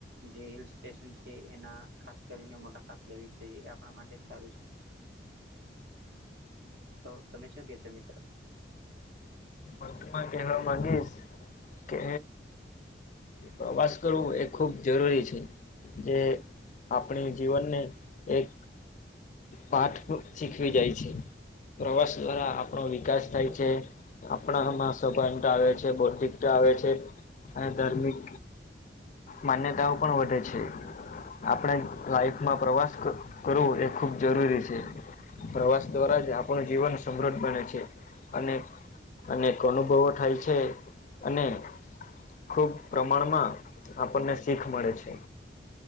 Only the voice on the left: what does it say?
<unintelligible> કેહવા માગીસ કે પ્રવાસ કરવું એ ખુબ જરૂરી છે, જે આપણે જીવનને એક પાઠ શીખવી જાય છે, પ્રવાસ દ્વારા આપણો વિકાસ થાય છે આપણામાં સભાનતા આવે છે, બૌદ્ધિકતા આવે છે, અને ધાર્મિક માન્યતાઓ પણ વધે છે. આપણે લાઈફમાં પ્રવાસ કરવો એ ખૂબ જરૂરી છે. પ્રવાસ દ્વારા જ આપણું જીવન સમૃદ્ધ બને છે, અને અનેક અનુભવો થાય છે અને ખુબ પ્રમાણમાં આપણને શીખ મળે છે.